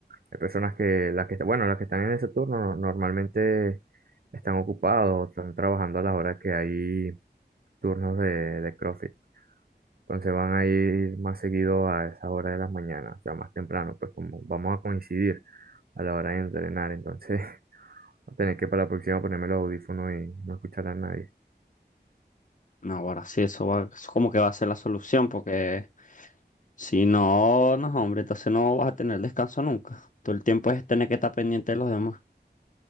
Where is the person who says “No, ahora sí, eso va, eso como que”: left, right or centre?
Left